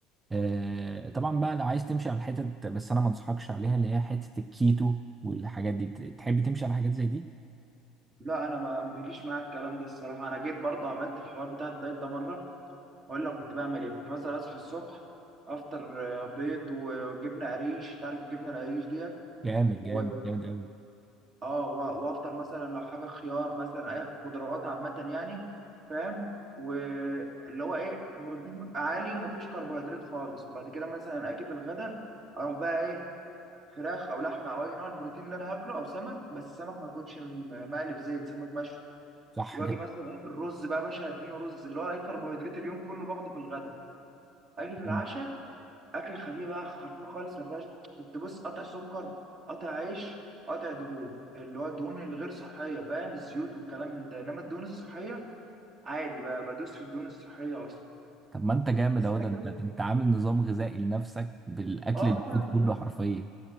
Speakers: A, on the right; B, on the right.
A: آه، طبعا بقى لو عايز تمشي على الحتت بس انا ما انصحكش عليها اللي هي حته الكيتو والحاجات دي بت- تحب تمشي على حاجات زي دي
B: لا انا ما ما بيجيش معاك الكلام ده الصراحه انا جيت برضو عملت الحوار بتاع الدايت ده مره اقول لك كنت بعمل ايه كنت مثلا اصحى الصبح افطر آه، بيض وجبنه قريش تعرف الجبنه القريش دي
A: جامد
B: و
A: جامد جامد قوي
B: اه و- وافطر مثلا لو حاجه خيار مثلا اي خضروات عامه يعني فاهم واللي هو ايه بروتين عالي ومفيش كربوهيدرات خالص بعد كده مثلا اجي في الغدا اروح بقى ايه فراخ او لحمه او اي نوع البروتين اللي انا هاكله او سمك بس سمك ما يكونش م- مقلي في زيت سمك مشوي
A: صح
B: واجي
A: كده
B: مثلا ايه الرز بقى يا باشا هديني رز اللي هو ايه كربوهيدرات اليوم كله باخده في الغدا اجي في العشاء
A: مم.
B: اكل خفيف بقى خفيف خالص ما فيهاش كنت بص قطع سكر قطع عيش قطع دهون اللي هو الدهون الغير صحيه فاهم الزيوت والكلام من ده انما الدهون الصحيه عادي بقى بدوس في الدهون الصحيه اصلا
A: طب ما انت جامد
B: بس
A: اهو ده
B: انا
A: انت
B: كده
A: انت عامل نظام غذائي لنفسك بالاكل
B: اه
A: المفيد
B: بقى-
A: كله حرفيا